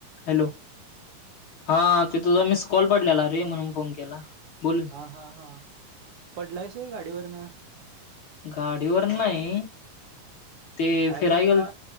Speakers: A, on the left; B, on the right.
A: Hello. हां. ते तुझा मिस कॉल पडलेला रे म्हणून फोन केला? बोल. की.
B: हां हां. पडलायस होय गाडीवरन?
A: गाडीवरन नाही. ते
B: काय
A: फिराय
B: तर
A: गेल
B: तुला